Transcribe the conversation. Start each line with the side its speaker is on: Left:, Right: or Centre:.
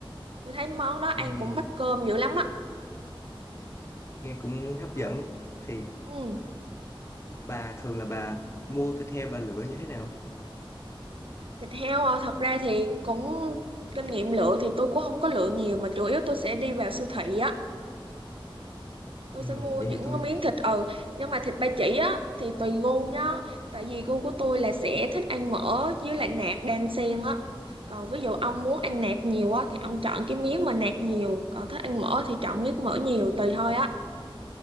Right: Tôi thấy món đó ăn
Left: bà?
Right: cũng bắt cơm dữ lắm á.
Left: nghe cũng hấp dẫn
Right: Món-
Left: thì
Right: Ừ.
Left: bà thường là bà mua thịt heo bà lựa như thế nào
Right: Thịt heo à, thật ra thì cũng kinh nghiệm lựa thì tôi cũng không có lựa nhiều mà chủ yếu tôi sẽ đi vào siêu thị á tôi
Left: ừ,
Right: sẽ mua
Left: vậy
Right: những
Left: thì tôi
Right: cái miếng thịt ừ nhưng mà thịt ba chỉ á thì tùy gu nhá tại vì gu của tôi là sẽ thích ăn mỡ với lại nạc đan xen á còn ví dụ ông muốn ăn nạc nhiều á thì ông chọn cái miếng mà nạc nhiều còn thích ăn mỡ thì chọn miếng mỡ nhiều tùy thôi á